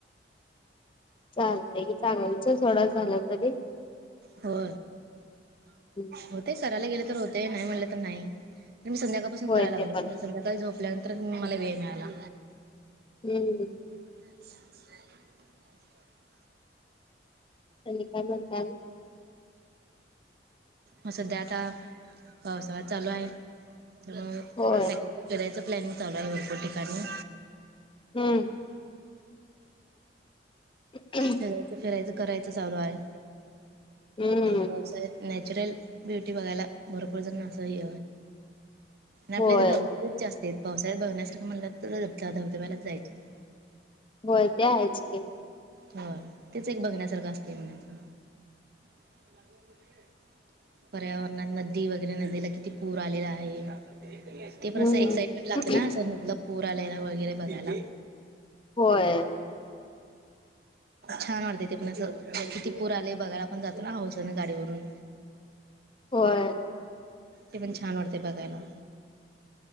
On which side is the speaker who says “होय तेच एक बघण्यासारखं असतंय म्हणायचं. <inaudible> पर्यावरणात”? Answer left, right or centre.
Right